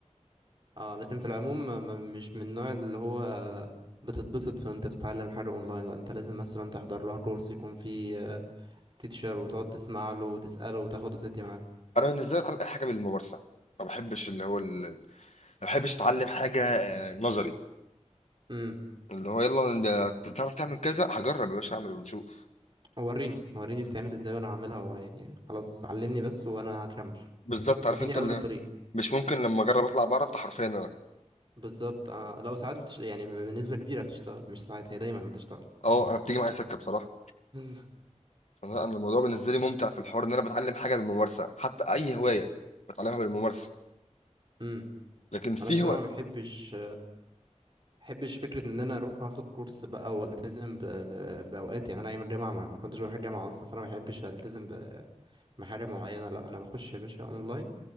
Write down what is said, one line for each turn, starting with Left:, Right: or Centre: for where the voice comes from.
Right: اه لكن في العموم ما- ما- مش من النوع اللي هو بتتبسط وانت بتتعلم حاجة اونلاين لا انت لازم مثلا تحضر لها كورس يكون فيه تيتشر وتقعد تسمع له وتسأله وتاخد وتدي معاه
Left: انا بالنسبة لي اتعلم اي حاجة بالممارسة ما بحبش اللي هو ال... ما بحبش اتعلم حاجة آه، نظري
Right: امم.
Left: اللي هو يلا انت تعرف تعمل كذا هجرب يا باشا اعمل ونشوف
Right: وريني وريني بتعمل ازاي وانا هعملها و- يعني خلاص علمني بس وانا هكمل
Left: بالظبط عارف
Right: اديني
Left: انت
Right: اول
Left: اللي
Right: طريق
Left: مش ممكن لما اجرب اطلع بعرف ده حرفيا انا
Right: بالظبط آه لا ساعات بتش... يعني بنسبة كبيرة بتشتغل مش ساعات هي دايما بتشتغل
Left: اه انا بتيجي معايا سكة بصراحة
Right: <laughs>
Left: انا أنا الموضوع بالنسبه لي ممتع في الحوار ان انا بتعلم حاجه بالممارسه حتى اي هوايه بتعلمها بالممارسه
Right: امم
Left: لكن في
Right: انا بصراحة
Left: هو
Right: ما بحبش بحبش فكرة ان انا اروح واخد كورس بقى والتزم ب... ب... باوقات يعني انا ايام الجامعة ما ما كنتش بروح الجامعة اصلا فانا ما بحبش التزم ب- بحاجة معينة لا انا بخش يا باشا اونلاين